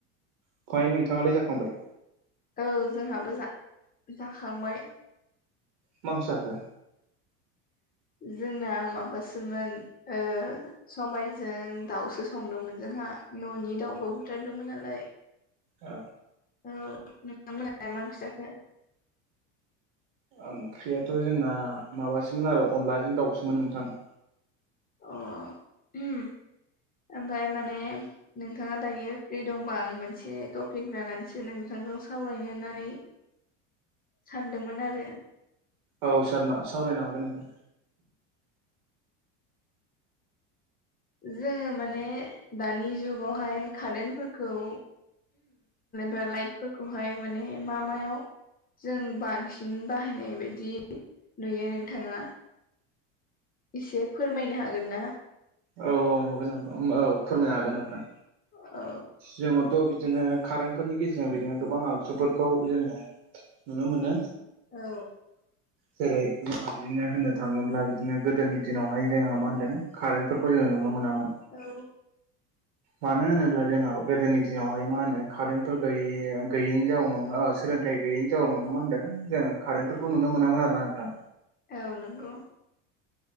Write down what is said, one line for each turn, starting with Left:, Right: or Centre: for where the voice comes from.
Right: ओमफ्राय नोंथाङा लाय जाखांबाय।
Left: औ जोंहाबो जा जाखांबाय।
Right: मा ओंख्रि जाखो?
Left: जोंना माबासोमोन ओ सबायाइजों दाउसो संदोंमोन जोंहा न नि दाउखौ बुथारदोंमोन नालाय। <inaudible>
Right: औ।
Left: औ नोंथांमोनालाय मा ओंख्रि जाखो?
Right: ओंख्रियाथ जोंना माबासोमोन आरो अनलाजों दाउसोमोन नोंथां।
Left: अ ओमफ्राय माने नोंथाङा दायो फ्रि दंबा आं मोनसे टपिक लानानैसो नोंथांजों सावरायनो होननानै सानदोंमोन आरो।
Right: औ सार ना सावरायनो हागोन नोंथां।
Left: जोङो माने दानि जुगावहाय कारेनफोरखौ बा लाइटफोरखौहाय माने मा मायाव जों बांसिन बाहायनाय बायदि नुयो नोंथाङा एसे फोरमायनो हागोन ना?
Right: औ औ नुगोन नोंथां औ फोरमायनो हागोन नोंथां
Left: औ
Right: जोङोथ' बिदिनो कारेन्टफोरनि गेजेरजों बिदिनो गोबां आगजुफोरखौ जोङो नुनो मोनो।
Left: औ
Right: जेरै जोंहा बिदिनो होननो थाङोब्ला बिदिनो गोदोनि दिनावहाय जोंहा मा होनदों कारेन्ट फोरखौ जोङो नुनो मोनामोन।
Left: औ।
Right: मानो होनोब्ला जोंहा गोदोनि दिनावहाय मा होनो कारेेनटफोर गै गैयैनि जाउनावनो सोलों फिथाय गैयि नि जाउनावनो मा होनदों जों कारेन्टफोरखौ नुनो मोनामोन आरोना नोंथां।
Left: औ नंगौ।